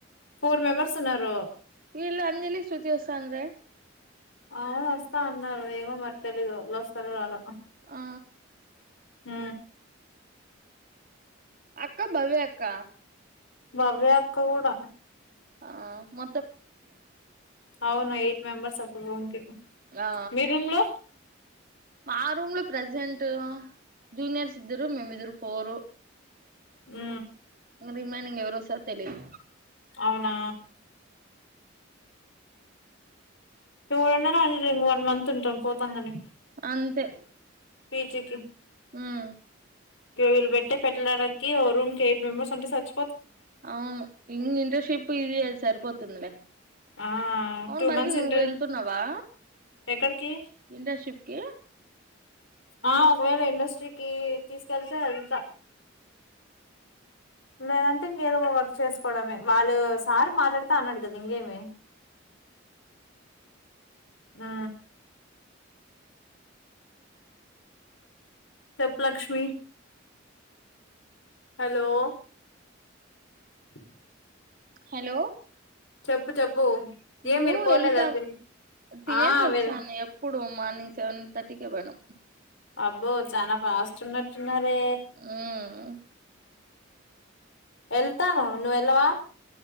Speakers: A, on the left (about 70°); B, on the right (about 45°).
A: ఫోర్ మెంబర్స్ ఉన్నారు
B: వీళ్ళు అంజలి శృతి వత్సాండ్రే
A: ఆ వస్తా అన్నారు ఏమో మరి తెలీదు వస్తారో రారొ
B: ఆ
A: అ
B: అక్క భవ్య అక్క
A: భవ్యా అక్క గూడ
B: ఆ మొ
A: అవునా ఎయిట్ మెంబర్స్ అ రూమ్ కి
B: ఆ
A: మీ రూమ్ లో
B: మా రూమ్ లో ప్రెసెంట్ టూ జూనియర్స్ ఇద్దరు మేము ఇద్దరు ఫోరు
A: ఉ
B: ఇంగ రిమైనింగ్ ఎవరొస్తారొ తెలిదు
A: అవునా ఎవరన్న రానిలే ఇంగ వన్ మంత్ ఉంటాం పోతాం గానీ
B: అంతే
A: ఫీజికి
B: ఉమ్
A: వీళ్ళు పెట్టి పెట్టడానికి ఓ రూమ్ కి ఎయిట్ మెంబర్స్ అంటే సచ్
B: అవును ఇంగ్ ఇంటర్న్షిప్ ఇది అది సరిపోత్ తుంది లే
A: ఆ
B: అవును
A: టూ
B: భాగి
A: మంత్స్
B: నువ్వు
A: ఇంటర్
B: వెళ్తున్నావా
A: ఎక్కడికి
B: ఇంటర్షిప్ కి
A: ఆ ఒకవేళ ఇండస్ట్రీకి తీసుకెళ్తే వెళ్తా లేదంటే ఇంగ ఏదో ఒక వర్క్ చేసుకోవడమే వాళ్ళు సారు మాట్లాడుతా అన్నాడు కదా ఇంగేమి ఊ చొప్పు లక్ష్మి హలో అ
B: హలో
A: చెప్పు చెప్పు
B: నువ్వు
A: ఏం మీరు పోలేదా
B: వెళ్తావు
A: తిన్
B: తినే
A: ఆ
B: సొచ్చాను
A: వెల్
B: ఎప్పుడు మార్నింగ్ సెవన్ తర్టీికే పోయినాం
A: అబ్బో చాన ఫాస్ట్ ఉన్నట్టు టున్నారె
B: ఉమ్
A: వెళ్తాను నువ్వెల్లవా